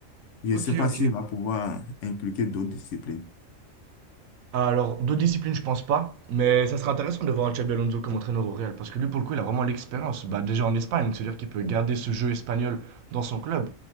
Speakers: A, on the left (about 70°); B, on the right (about 85°).
A: Je
B: ok,
A: ne sais pas
B: ok.
A: s'il va pouvoir impliquer d'autres disciplines.
B: Alors, d'autres disciplines, je pense pas. Mais ça serait intéressant de voir un Xabi Alonso comme entraîneur au Real. Parce que lui, pour le coup, il a vraiment l'expérience. Bah, déjà en Espagne, c'est-à-dire qu'il peut garder ce jeu espagnol dans son club.